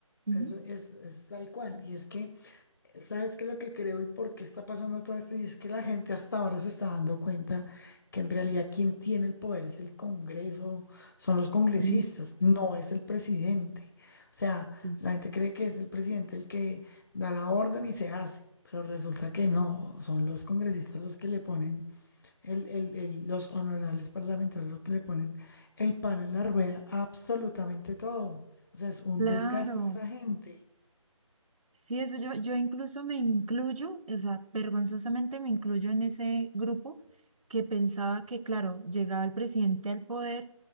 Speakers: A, on the right; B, on the left.
A: ujú.
B: Eso es, es tal cual. Y es que ¿Sabes qué es lo que creo y por qué está pasando todo esto? Y es que la gente hasta ahora se está dando cuenta que en realidad quien tiene el poder es el Congreso, son los congresistas,
A: Mm,
B: no es el presidente. O sea,
A: sí,
B: la
A: sí.
B: gente cree que es el presidente el que da la orden y se hace, pero resulta que no, son los congresistas los que le ponen, el, el- el- los honorables parlamentarios los que le ponen el palo en la rueda a absolutamente todo. O sea, es un
A: Claro,
B: desgaste esta gente.
A: Sí, eso yo, yo incluso me incluyo, o sea, vergonzosamente me incluyo en ese grupo que pensaba que, claro, llegaba el presidente al poder